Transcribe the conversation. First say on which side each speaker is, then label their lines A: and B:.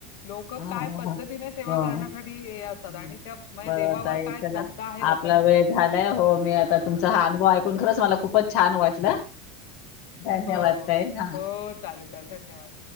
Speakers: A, on the left; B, on the left.
A: लोक
B: हां,
A: काय पद्धतीने
B: हां.
A: सेवा
B: हो.
A: करण्यासाठी हे असतात
B: हम्म.
A: आणि त्या म्हणजे
B: बरं
A: देवावर
B: ताई
A: काय
B: चला
A: श्रद्धा आहे लोक
B: आपला वेळ झालाय हो मी आता तुमचा हा अनुभव ऐकून खरंच मला खूपच छान वाटलं, धन्यवाद
A: हो
B: ताई हा
A: हो चालेल चालेल धन्यवाद.